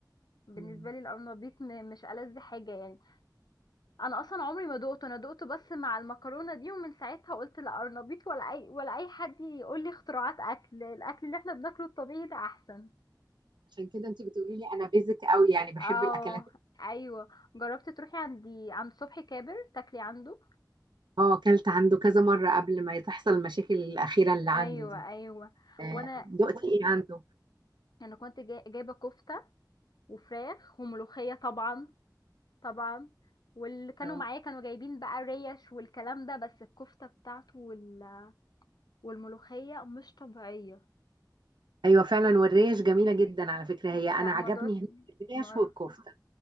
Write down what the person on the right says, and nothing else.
مم.
عشان كده انت بتقولي لي انا بيزك قوي يعني بحب
الاكلات
اه اكلت عنده كذا مره قبل ما تحصل المشاكل الاخيره اللي عنده
دي
آه،
دقتي ايه عنده
آه.
ايوه فعلا والريش جميله جدا على فكره هي انا
عجبني
هناك الريش
والكفته